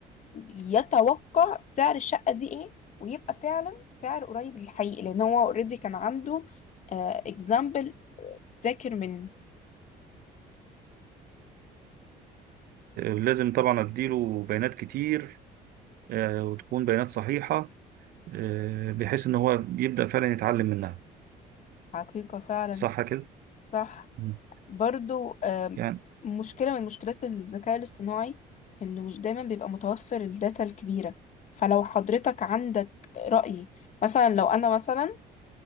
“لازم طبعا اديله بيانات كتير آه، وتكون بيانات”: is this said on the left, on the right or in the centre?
Right